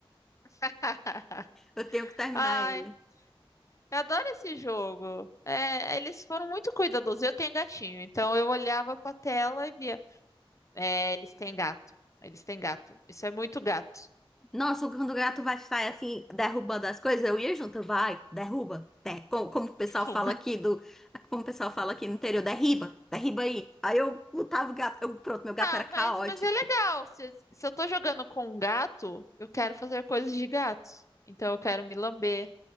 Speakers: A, on the left (about 35°); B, in the centre.
A: <laughs>
B: Eu tenho que terminar
A: Ai,
B: ele.
A: eu adoro esse jogo. É, eles foram muito cuidadosos. Eu tenho gatinho, então eu olhava pra tela e via. É, eles têm gato. Eles têm gato. Isso é muito gato.
B: Nossa, quando o gato vai sair assim, derrubando as coisas, eu ia junto, vai, derruba. Der, como, como o pessoal
A: <laughs> Derruba.
B: fala aqui do. Como o pessoal fala aqui no interior, derriba, derriba aí. Aí eu botava o gato, eu, pronto, meu gato
A: Ah,
B: era caótico.
A: mas, mas é legal. Se, se eu tô jogando com um gato, eu quero fazer coisas de gato. Então eu quero me lamber,